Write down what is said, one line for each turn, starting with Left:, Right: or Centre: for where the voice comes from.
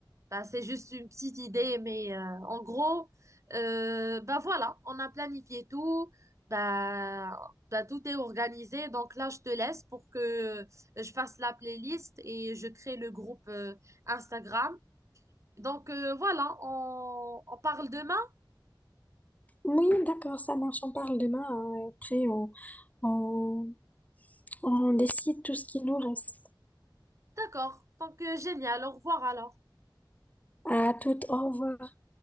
Right: bah, c'est juste une petite idée, mais euh, en gros, euh, bah voilà, on a planifié tout. Bah, bah, tout est organisé. Donc là, je te laisse pour que euh, je fasse la playlist et je crée le groupe euh, Instagram. Donc euh, voilà, on, on parle demain.
Left: Oui, d'accord, ça marche. On parle demain. hein, et Après, on, on, on décide tout ce qui nous reste.
Right: D'accord. Donc, euh, génial. Au revoir alors.
Left: À toute, au revoir.